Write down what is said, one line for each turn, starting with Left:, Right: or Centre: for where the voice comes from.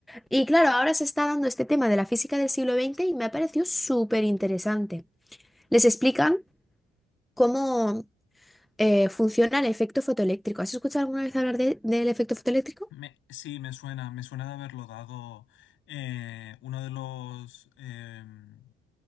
Centre: Y claro, ahora se está dando este tema de la física del siglo XX y me ha parecido súper interesante. Les explican cómo eh, funciona el efecto fotoeléctrico. ¿Has escuchado alguna vez hablar de- del efecto fotoeléctrico?
Left: Me- sí, me suena, me suena de haberlo dado eh, uno de los... em,